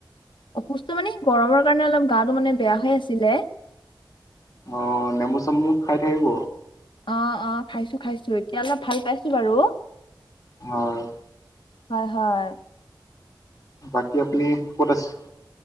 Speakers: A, on the left; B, on the left.
A: অসুস্থ মানে গৰমৰ কাৰণে অলপ গাটো মানে বেয়া হৈ আছিলে।
B: অ নেমু- চেমু খাই থাকিব।
A: অ অ খাইছো খাইছো এতিয়া অলপ ভাল পাইছো। বাৰু
B: হয়।
A: হয় হয়।
B: বাকী আপুনি ক'ত আছে?